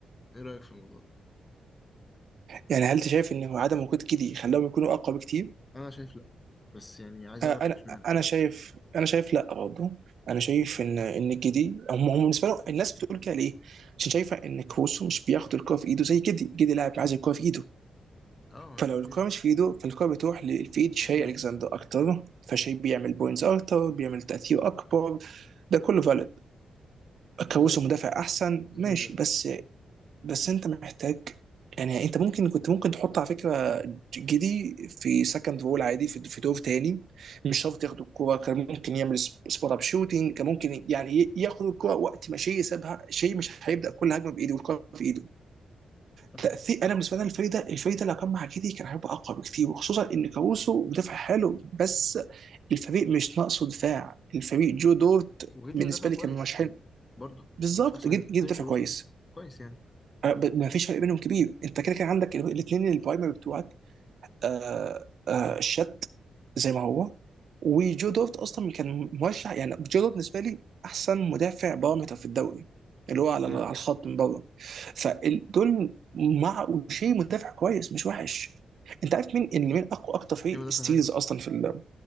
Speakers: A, on the left; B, on the right.
A: ايه رأيك في الموضوع ده
B: يعني هل انت شايف ان عدم وجود كيدي خلاهم يكونوا اقوى بكتير؟
A: انا شايف لا بس يعني عايز
B: آه،
A: اعرف
B: انا
A: اشمعنى
B: انا شايف انا شايف لا برضه انا شايف ان ان كيدي هم هم بالنسبه لهم الناس بتقول كده ليه؟ عشان شايفه ان كروسو مش بياخد الكوره في ايده زي كيدي، كيدي لاعب عايز الكوره في ايده
A: اه
B: فلو
A: اوكي
B: الكوره مش في ايده فالكوره بتروح ل- في ايد شاي
A: ده شيء
B: الكسندر اكتر
A: مم.
B: فشاي بيعمل بوينتس اكتر بيعمل تاثير اكبر ده كله فالid كروسو
A: وهي كرة
B: مدافع احسن
A: ديفندر
B: ماشي بس
A: اه
B: بس انت محتاج يعني انت ممكن كنت ممكن تحط على فكره جدي في سكند رول عادي في في دور تاني مش شرط ياخد الكوره كان ممكن يعمل سبوت اب شوتنج كان ممكن يعني ي- ياخد الكوره وقت ما شيء سابها شيء مش هيبدا كل هجمه بايده والكوره في ايده
A: صح
B: تاثير انا بالنسبه لي الفريق ده الفريق ده لو كان مع جدي كان هيبقى اقوى بكتير وخصوصا ان كاروسو مدافع حلو بس الفريق مش ناقصه دفاع الفريق جو دورت
A: وجدي
B: بالنسبه
A: مدافع كويس
B: لي كان مرشحين
A: يعني برضه
B: بالظبط
A: مش احسن
B: جد
A: من-
B: جد
A: مش زي
B: دافع
A: كاروسو
B: كويس
A: بس كويس يعني
B: آه، ب- ما فيش فرق بينهم كبير انت كده كده عندك الاثنين البرايمري بتوعك آه، آه، شات زي ما هو وجو دوفت اصلا كان مرشح يعني جو دوفت بالنسبه لي احسن مدافع بارامتر في الدوري اللي هو على
A: امم
B: على الخط من بره فدول مع وشي مدافع كويس مش وحش انت عارف مين اللي من اقوى اكتر فريق
A: شيء مدافع
B: ستيلز
A: حلو آه.
B: اصلا في ال...